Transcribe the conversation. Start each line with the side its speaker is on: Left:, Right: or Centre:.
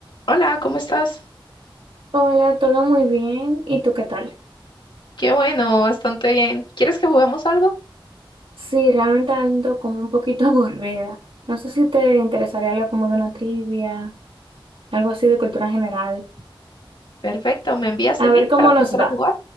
Left: Hola, ¿cómo estás?
Right: Hola, todo muy bien. ¿Y tú qué tal?
Left: Qué bueno, bastante bien. ¿Quieres que juguemos algo?
Right: Sí, realmente ando como un poquito <laughs> aburrida. No sé si te interesaría algo como de una trivia, algo así de cultura general.
Left: Perfecto, ¿me envías
Right: A
Left: el
Right: ver
Left: link
Right: cómo
Left: para empezar
Right: nos va.
Left: a jugar?